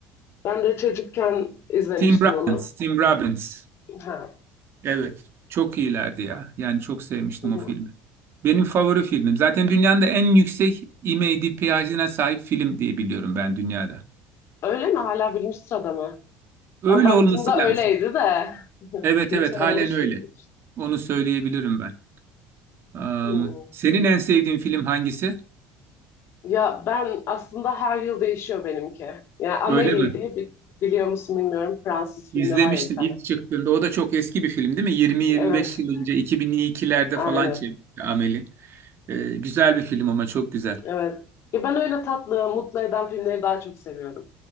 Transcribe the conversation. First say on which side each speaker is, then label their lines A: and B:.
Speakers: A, on the left; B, on the right.
A: Ben de çocukken izlemiştim
B: Tim Robbins,
A: onu.
B: Tim Robbins.
A: Ha.
B: Evet, çok iyilerdi ya. Yani çok sevmiştim
A: Hı hı.
B: o filmi. Benim favori filmim. Zaten dünyanın da en yüksek IMDb'sine sahip film diye biliyorum ben dünyada.
A: Öyle mi? Hala birinci sırada mı?
B: Öyle
A: Ben baktığımda
B: olması lazım.
A: öyleydi de. <laughs>
B: Evet
A: Geçen
B: evet halen
A: olmuştur
B: öyle.
A: diye. düşündüm.
B: Onu söyleyebilirim ben. Am,
A: Hı. Hı.
B: senin en sevdiğin film hangisi?
A: Ya ben aslında her yıl değişiyor benimki. Ya Amélie
B: Öyle mi?
A: diye bi- biliyor musun bilmiyorum. Fransız filmi
B: İzlemiştim
A: var ya bir tane.
B: ilk çıktığında. O da çok eski bir film değil mi? 20-25
A: Evet,
B: yıl önce 2002'lerde
A: aynen.
B: falan çekti Amel'i. Ee, güzel bir film ama çok güzel.
A: Evet. Ya ben öyle tatlı, mutlu eden filmleri daha çok seviyorum.